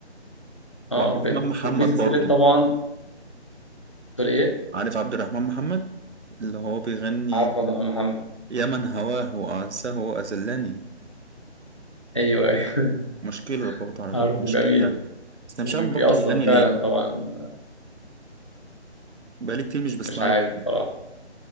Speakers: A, on the left; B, on the right.
A: اه
B: وعبد
A: بجد
B: الرحمن محمد
A: وفي سلسله
B: برضه
A: طبعا تقول ايه
B: عارف عبد الرحمن محمد اللي هو بيغني
A: عارفه ده محمد
B: يا من هواه وأعزه وأذلني
A: ايوه ايوه
B: مشكلة برضه
A: <laughs>
B: على
A: عارفه
B: فكرة مشكلة
A: جميل
B: بس أنا
A: وبيأثر
B: مش عارف بطل يغني
A: فعلا
B: ليه
A: طبعا
B: بقالي كتير مش بسمع
A: مش عارف
B: له حاجة
A: صراحه